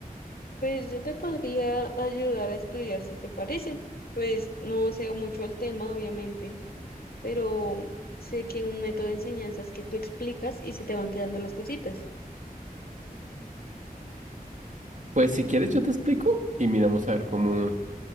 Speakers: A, on the left; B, on the right.
A: pues yo te podría ayudar a estudiar si te parece. Pues no sé mucho el tema, obviamente, pero sé que un método de enseñanza es que tú explicas y se te van quedando las cositas.
B: Pues si quieres yo te explico y miramos a ver cómo,